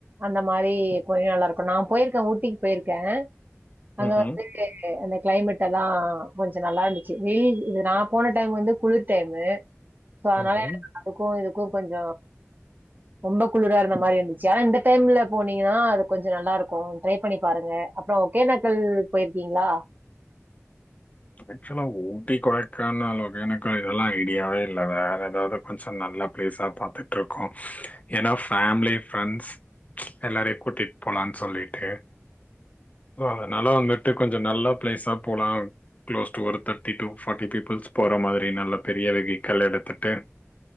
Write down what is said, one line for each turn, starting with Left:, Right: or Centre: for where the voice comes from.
Right: அந்த மாரி கொஞ்ச நல்லாருக்கு நா போயிருக்கே ஊட்டிக்கு போயிருக்கே அங்க
Left: ம்
Right: வந்து அந்த கிளைமேட் எல்லா கொஞ் ச நல்லாருந்துச்சு வெயில் இது நா போன டைம் வந்து குளிர் டைமு சோ அதனால
Left: ம்
Right: எனக்கு அதுக்கு இதுக்கு கொஞ்ச ரொம்ப குளுரா இருந்தா மாரி இருந்துச்சு ஆனா இந்த டைம்ல போனிங்கனா அது கொஞ்ச நல்லாருக்கு ட்ரை பண்ணி பாருங்க அப்ற ஒகேனக்கல் போயிருக்கிங்ளா
Left: ஆக்சுவலா ஊட்டி கொடைக்கானல் ஒகேனக்கல் இதெலா ஐடியாவே இல்ல வேற எதாது கொஞ்ச நல்ல பிளேஸா பாத்துட்ருக்கோ ஏனா ஃபேமிலி ஃப்ரெண்ட்ஸ் எல்லாரையு கூட்டிட் போலான் சொல்லிட்டு
Right: <inaudible>
Left: அதனால வந்துட்டு கொஞ்ச நல்லா பிளேஸா போலா க்ளோஸ் டு ஒரு தேர்டி டு ஃபார்ட்டி பீப்புள்ஸ் போற மாதிரி நல்ல பெரிய வெகிக்கில் எடுத்துட்டு